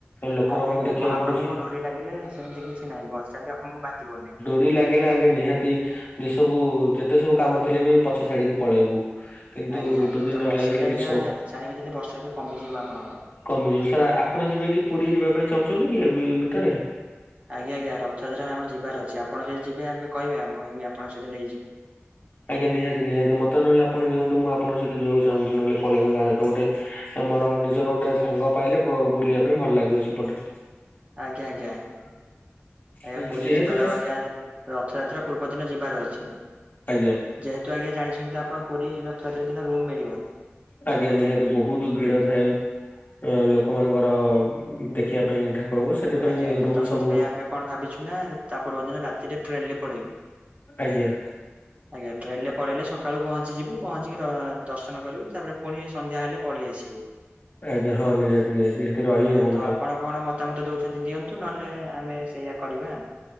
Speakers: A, on the left; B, on the right.
A: ଲୋକମାନଙ୍କୁ
B: ନାଇଁ ଆଜ୍ଞା,
A: ଦେଖିବାକୁ
B: ମହାପ୍ରଭୁଙ୍କଙ୍କୁ
A: ପଡୁଛି।
B: ଡରି ଲାଗିଲେ ସେମିତି କିଛି ନାହିଁ ବର୍ଷା ବି ଆପଣଙ୍କୁ ବାତି ହଉନାହିଁ।
A: ନିଇ ଲାଗିଲେ ଆଜ୍ଞା, ନିହାତି ଯେ ସବୁ ଯେତେ ସବୁ କାମ ଥିଲେ ବି ପଛ ଛାଡିକି ପଳେଇବୁ। କିନ୍ତୁ
B: ଆଜ୍ଞା
A: ଡୋରି
B: ତ
A: ନ
B: ବର୍ଷା
A: ଲାଗିଲେ
B: ବି ଆଜ୍ଞା,
A: କିଛି ହବ
B: ଚାହିଁବେ ଯଦି, ବର୍ଷା ବି କମିଯିବ ଆପଣଙ୍କ
A: କମିଯିବ ସାର୍ ଆପଣ ଯିବେ କି ପୁରୀ ଯିବା ପାଇଁ ଚାହୁଁଛନ୍ତି କି ଭିତରେ?
B: ଆଜ୍ଞା ଆଜ୍ଞା, ରଥଯାତ୍ରାରେ ଆମ ଯିବାର ଅଛି। ଆପଣ ଯଦି ଯିବେ, ଆପେ କହିବେ ଆମ ଆପଣଙ୍କ ସହିତ ନେଇଯିବୁ।
A: ଆଜ୍ଞା, ନିହାତି ନିହାତି ମତେ ନହେଲେ ଆପଣ ନିଅନ୍ତୁ, ମୁଁପଣଙ୍କ ସହି ଯିବାକୁ ଚାହୁଁଛି, ନହେଲେ ପଳେଇବି କାହାତ ଗୋଟେ। ଆମର ନିଜର ଗୋଟେ ସାଙ୍ଗ ପାଇଲେ, ବୁଲିବା ପାଇଁ ଭଲ ଲାଗିବ ସେପଟେ।
B: ଆଜ୍ଞା ଆଜ୍ଞା ଆଜ୍ଞା
A: ଆଜ୍ଞା
B: ପୁରୀ,
A: ଯେହେତୁ
B: ଯିବାର
A: ସାର୍
B: ଆଜ୍ଞା। ରଥଯାତ୍ରା ପୂର୍ବ ଦିନ ଯିବାର ଅଛି।
A: ଆଜ୍ଞା।
B: ଯେହେତୁ ଆଜ୍ଞା, ଜାଣିଛନ୍ତି ଆପଣ, ପୁରୀ ରଥଯାତ୍ରି ଦିନ ରୁମ୍ ମିଳିବନି।
A: ଆଜ୍ଞା ନିହାତି ବହୁତ ଭିଡ ଥାଏ ଲୋକମାନଙ୍କର ଦେଖିବା ପାଇଁ ଠାକ୍ ରହିବୁ ସେଥିପାଇଁ
B: ଆଜ୍ଞା ଆଜ୍ଞା
A: ରୁମ୍
B: ତ ସେଥିପାଇଁ
A: ସବୁ।
B: ଆମେ କଣ ଭାବିଛୁନା ତା ପୂର୍ବ ଦିନ ରାତିରେ ଟ୍ରେନରେ ପଳେଇବୁ?
A: ଆଜ୍ଞା।
B: ଆଜ୍ଞା ଟ୍ରେନରେ ପଳେଇଲେ ସକାଳୁ ପହଞ୍ଚିଯିବୁ ପହଞ୍ଚିକି, ଦଅ ଦର୍ଶନ କରିବୁ ତାପରେ ପୁଣି ସନ୍ଧ୍ୟା ହେଲେ ପଳେଇ ଆସିବୁ
A: ଆଜ୍ଞା ହଁ ନିହାତି ନିହାତି ସେଠି ରହିବେ
B: ଆଜ୍ଞା
A: କଣ
B: ତ ଆପଣ କଣ ମତାମତ ଦଉଛନ୍ତି ଦିଅନ୍ତୁ ନହେଲେ ଆମେ ସେଇୟଆ କରିବା।